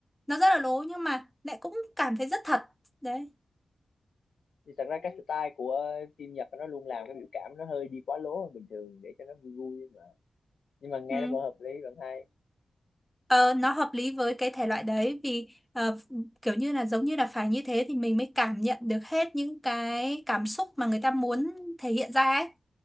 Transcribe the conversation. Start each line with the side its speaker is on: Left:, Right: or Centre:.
Centre: nó rất là lố nhưng mà lại cũng cảm thấy rất thật. Đấy.
Left: thì thật ra cái style của phim Nhật nó luôn làm cái biểu cảm nó hơi đi quá lố hơn bình thường để cho nó vui vui mà nhưng mà nghe
Centre: Ừ.
Left: nó vẫn hợp lý vẫn hay
Centre: Ờ, nó hợp lý với cái thể loại đấy vì ờ, kiểu như là giống như là phải như thế thì mình mới cảm nhận được hết những cái cảm xúc mà người ta muốn thể hiện ra ấy.